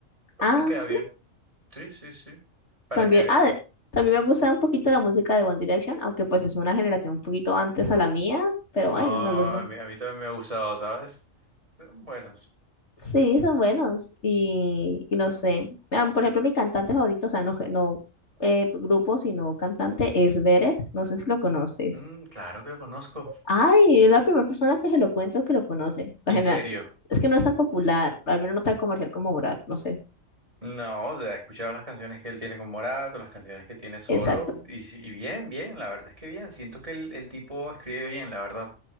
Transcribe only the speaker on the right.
les queda bien, sí, sí, sí, para
que veas.
No,
a mí, a mí también me ha gustado, ¿sabes? Pero Buenos.
Mm, claro que conozco,
en
serio.
No, o sea, he escuchado las canciones que él tiene con Morato, las canciones que tiene solo,
y, sí- y bien, bien, la verdad es que bien. Siento que el, el tipo escribe bien, la verdad,